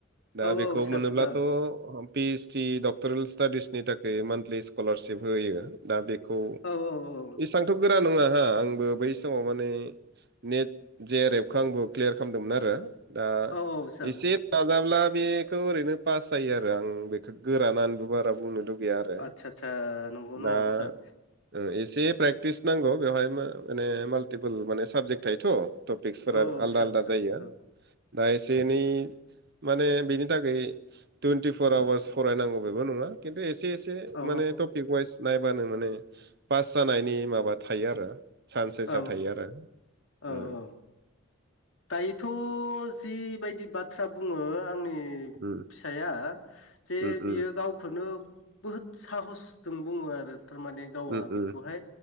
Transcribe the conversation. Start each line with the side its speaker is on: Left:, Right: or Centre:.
Right: दा
Left: औ
Right: बेखौ
Left: औ सार
Right: मोनोब्लाथ'
Left: औ
Right: पिएसडि डक्टरेल स्टाडिसनि थाखाय मानथलि स्कलारशिप होयो दा बे खौ
Left: औ औ
Right: एसांथ' गोरा नङा हा आंबो बै समाव माने नेट जेआार एफखौ आंबो क्लियार खालामदोंमोन आरो दा
Left: औ औ सार
Right: एसे नाजाब्ला बेखौ ओरैनो पास जायो आरो आं बेखौ गोरानानैबो बारा बुंनो गैया आरो
Left: आदसा आदसा नंगौ न'
Right: दा
Left: सार
Right: ओ एसे प्रेक्टिस नांगौ बेवहाय माने माल्टिपोल माने साबजेक्ट थायोथ' टपिक्सफोरा
Left: औ
Right: आलदा
Left: सार
Right: आलदा
Left: सार
Right: जायो
Left: औ
Right: दा एसे एनै माने बेनि थाखाय थुइनटिफर आवारस फरायनांगौ बेबो नङा खिनथु एसे एसे
Left: औ
Right: माने टपिक वाइस नायबानो माने पास जानायनि माबा थायो आरो सान्सेस
Left: औ
Right: थायो आरो
Left: औ
Right: उम
Left: औ दायोथ' जिबायदि बाथ्रा बुङो आंनि
Right: उम
Left: फिसाया जे
Right: उम
Left: बियो गावखौनो बहुद साहसजों बुङो आरो थारमाने गावा
Right: उम
Left: बेखौहाय
Right: उम